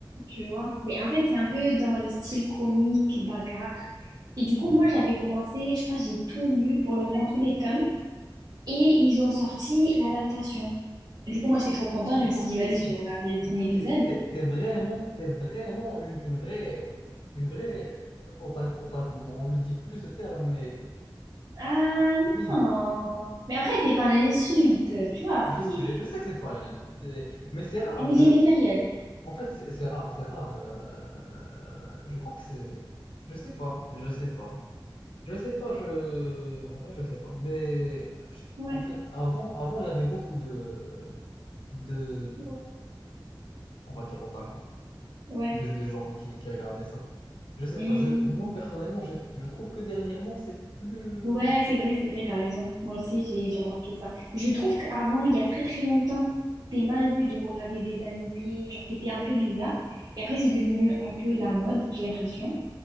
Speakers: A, on the right (about 45°); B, on the left (about 75°).
A: Tu vois? Mais en fait, c'est un peu dans le style comique, bagarre. Et du coup,
B: Hmm.
A: moi, j'avais commencé, je crois, que j'ai tout lu, pour le moment, tous les tomes. Et ils ont sorti l'adaptation. Du coup, moi, j'étais trop contente.
B: Du
A: Je me suis
B: coup,
A: dit,
B: t'es,
A: vas-y, je vais regarder le premier
B: du coup,
A: épisode.
B: t'es, t'es- t'es vraiment, t'es vraiment une, une vraie, une vraie otaku. otaku. Bon, on le dit plus ce terme, mais
A: Ah
B: oui,
A: non! Mais après, c'est pas une insulte, tu vois,
B: je
A: c'est...
B: sais, je sais que c'est pas une insulte, et- mais c'est rare.
A: Mais
B: Je,
A: j'ai les périodes.
B: en fait, c'est c'est rare, c'est rare. Euh, je crois que c'est, je sais pas, je sais pas. Je sais pas, je... en vrai, je sais pas. Mais je-
A: Ouais,
B: en fait, avant, avant, il y avait beaucoup de, de,
A: ouais.
B: on va dire otaku,
A: Ouais,
B: de, de gens qui, qui regardaient ça. Je sais
A: Mhm.
B: pas, je, moi personnellement, je, je trouve que dernièrement, c'est plus...
A: Ouais, c'est vrai, c'est vrai, t'as raison. Moi aussi, j'ai j'ai remarqué ça. Je trouve qu'avant, il y a très très longtemps, c'était mal vu de regarder des animés, genre t'étais un peu bizarre. Et après, c'est devenu un peu la mode, j'ai l'impression.